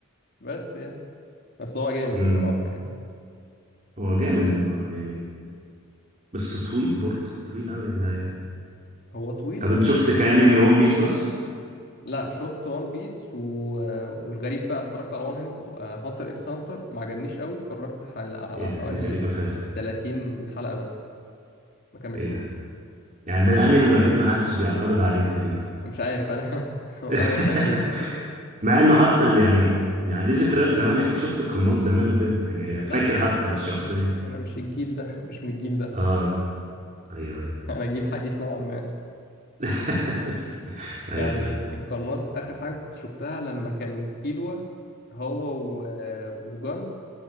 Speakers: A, on the left; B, on the right.
A: بس يعني بس هو جامد
B: امم
A: الصراحة يعني
B: هو جامد ما يعني بس طويل برضه طويل قوي يا جدعان
A: هو طويل
B: طب
A: بس
B: انت شفت كانمي ون بيس بس
A: لا شفت وان بيس و... والغريب بقى اتفرجت على وان هانتر اكس هانتر ما عجبنيش قوي اتفرجت حل... على
B: ايه ده
A: حوالي
B: دي غريبة فعلا
A: 30 حلقة بس ما كملتوش
B: ده ايه ده يعني ده الانمي الوحيد اللي محدش بيعترض عليه تقريبا
A: أنا مش عارف انا <laughs> انا
B: <laughs>
A: والله غريب
B: مع انه حتى زي- يعني يعني ليه ذكريات زمان اكيد شفت القناص زمان وكده يعني
A: لا
B: فاكر
A: ما هو
B: حتى
A: انا
B: الشخصية
A: انا مش انا مش الجيل ده <laughs> مش من الجيل ده
B: اه ايوه ايوه
A: انا جيل حديث نوعا ما
B: <laughs> ايوه
A: يعني
B: فعلا
A: القناص اخر حاجة كنت شفتها لما كان كيلوا هو و... وجان